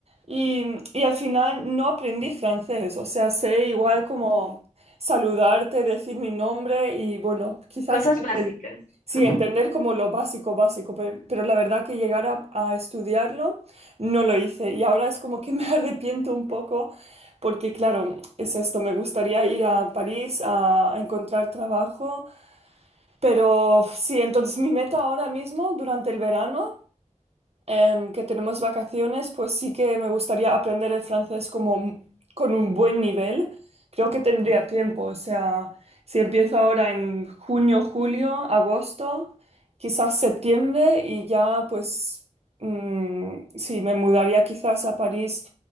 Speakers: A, on the right; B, on the left.
A: y, y al final no aprendí francés. O sea, sé igual como saludarte, decir mi nombre y bueno, quizás
B: Cosas
A: enten-
B: básicas.
A: sí,
B: Ujú.
A: entender como lo básico, básico, pe- pero, la verdad que llegar a, a estudiarlo no lo hice y ahora es como que me <laughs> arrepiento un poco porque claro, es esto, me gustaría ir a París a encontrar trabajo, pero sí, entonces mi meta ahora mismo, durante el verano, em, que tenemos vacaciones, pues sí que me gustaría aprender el francés como un- con un buen nivel. Creo que tendría tiempo, o sea, si empiezo ahora en junio, julio, agosto, quizás septiembre y ya pues mm, sí, me mudaría quizás a París